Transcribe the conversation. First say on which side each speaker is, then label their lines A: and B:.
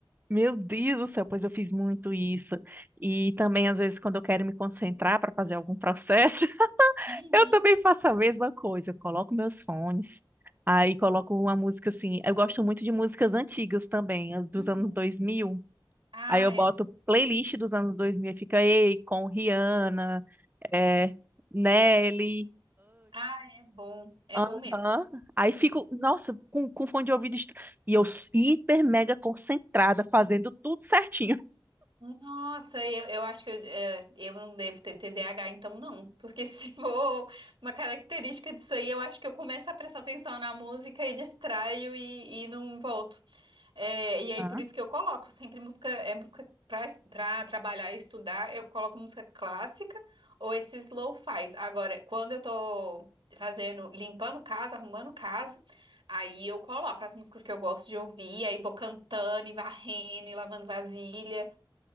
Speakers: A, on the right (about 20°); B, on the right (about 70°).
A: Meu Deus do céu, pois eu fiz muito isso. E também, às vezes, quando eu quero me concentrar para fazer algum processo, <laughs>
B: Uhum,
A: eu também faço a mesma coisa. Eu coloco meus fones, aí coloco uma música assim. Eu gosto muito de músicas antigas também, as dos
B: uhum.
A: anos 2000.
B: Ah,
A: Aí eu boto
B: é,
A: playlist dos anos 2000 e fica Ei, com Rihanna, é, Nelly,
B: ah, é bom. É
A: Aham.
B: bom mesmo.
A: Aí fico, nossa, com, com fone de ouvido. estru- E eu s- hiper mega concentrada, fazendo tudo certinho.
B: Nossa, eu, eu acho que eu, é, eu não devo ter T D A H, então não. Porque se <laughs> for uma característica disso aí, eu acho que eu começo a prestar atenção na música e distraio e, e não volto. É, e aí,
A: Aham.
B: por isso que eu coloco sempre música, é música pra, es- pra trabalhar e estudar, eu coloco música clássica ou esses lo-fis. Agora, quando eu tô fazendo, limpando casa, arrumando casa, aí eu coloco as músicas que eu gosto de ouvir, aí vou cantando e varrendo e lavando vasilha.